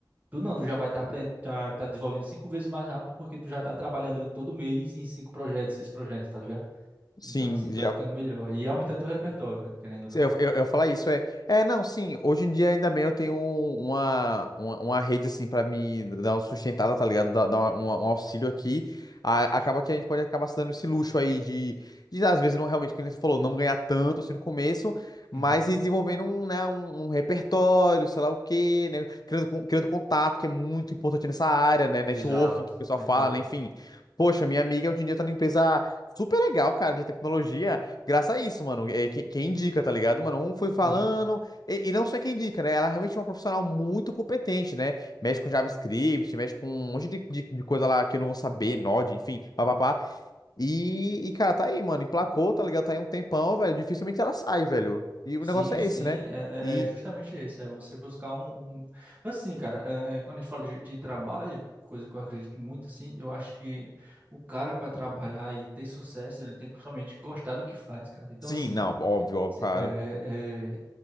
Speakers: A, on the right; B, on the left.
A: Tu não, tu já vai estar tá, tá desenvolvendo cinco vezes mais rápido porque tu já tá trabalhando ali todo mês em cinco projetos, seis projetos, tá ligado?
B: Sim,
A: Então, assim, tu
B: já
A: vai ficando melhor. E aumentando teu repertório, né? Querendo ou não.
B: Eu, eu, eu falar isso é, é não, sim, hoje em dia ainda bem eu tenho uma, uma, uma rede assim pra me dar uma sustentada, tá ligado? Dar, dar uma- uma- um auxílio aqui. A- acaba que a gente pode acabar se dando esse luxo aí de, de às vezes não realmente, como você falou, não ganhar tanto assim no começo, mas
A: Uhum.
B: ir desenvolvendo um, né, um, um repertório, sei lá o quê, né? Criando, con- criando contato, que é muito importante nessa área, né? Networking,
A: Exato.
B: que o pessoal
A: Network.
B: fala, né? Enfim. Poxa, minha amiga hoje em dia tá numa empresa super legal, cara, de tecnologia. Graças a isso, mano. É, quem, quem indica, tá ligado, mano? Um foi falando,
A: Uhum.
B: e, e não só quem indica, né? Ela é realmente é uma profissional muito competente, né? Mexe com JavaScript, mexe com um monte de, de, de coisa lá que eu não vou saber, Node, enfim, papapá. E, e, cara, tá aí, mano. Emplacou, tá ligado? Tá aí um tempão, velho. Dificilmente ela sai, velho. E o
A: Sim,
B: negócio é
A: sim.
B: esse, né?
A: É,
B: E,
A: é- é justamente isso. É você buscar um, um- Assim, cara, é, é, quando a gente fala de, de trabalho, coisa que eu acredito muito, assim, eu acho que o cara, para trabalhar e ter sucesso, ele tem que somente gostar do que faz, cara. Então,
B: sim,
A: assim.
B: não, óbvio, óbvio,
A: Se-
B: claro.
A: É, é,